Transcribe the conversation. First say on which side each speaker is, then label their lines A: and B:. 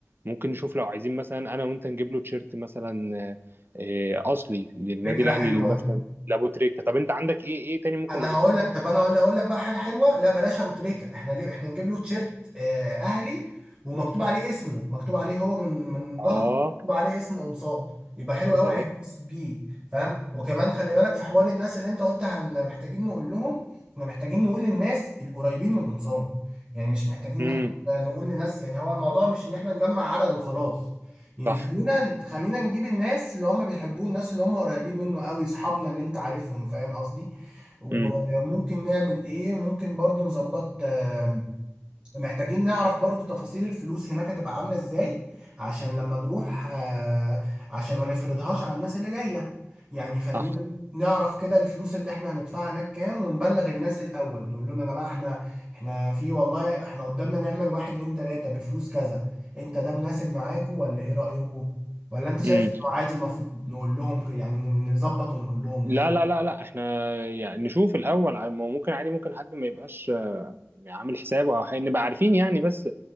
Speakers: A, on the right; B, on the right.
A: ممكن نشوف لو عايزين مثلا انا وانت نجيب له تيشيرت مثلا آه، آه، اصلي للنادي
B: فكره
A: الاهلي
B: حلوه
A: اللي مثلا لابو تريكه طب انت عندك ايه ايه تاني ممكن
B: انا
A: نجيبه
B: هقول لك
A: له
B: طب انا ولا اقول لك بقى حاجه حلوه لا بلاش ابو تريكه احنا ليه احنا نجيب له تيشيرت آه، اهلي ومكتوب عليه اسمه مكتوب عليه هو من من
A: اه
B: ظهره مكتوب عليه اسم قمصان يبقى حلو
A: يا
B: قوي
A: سلام
B: هيتبسط بيه فاهم وكمان خلي بالك في حوار الناس اللي انت قلتها ان محتاجين نقول لهم احنا محتاجين نقول للناس القريبين من قمصان يعني مش محتاجين
A: امم
B: ان احنا نقول لناس يعني هو الموضوع مش ان احنا نجمع عدد وخلاص يعني
A: صح
B: خلينا خلينا نجيب الناس اللي هم بيحبوه الناس اللي هم قريبين منه قوي اصحابنا اللي انت عارفهم فاهم قصدي وممكن
A: امم
B: نعمل ايه ممكن برضو نظبط آم، محتاجين نعرف برضو تفاصيل الفلوس هناك هتبقى عاملة ازاي عشان لما نروح آه، عشان ما نفرضهاش على الناس اللي جاية يعني خلينا
A: صح
B: نعرف كده الفلوس اللي احنا هندفعها هناك كام ونبلغ الناس الاول نقول لهم يا جماعة احنا احنا في والله احنا قدامنا نعمل واحد اتنين تلاتة بفلوس كذا انت ده مناسب معاكم ولا ايه رأيكم ولا انت شايف
A: امم
B: انه عادي المفروض نقول لهم ك- يعني ن- نظبط ونقول لهم
A: لا
B: انت رأيك؟
A: لا لا لا احنا يعني نشوف الاول ع- ما هو ممكن عادي ممكن حد ما يبقاش آه، عامل حسابه او حاجة، نبقى عارفين يعني بس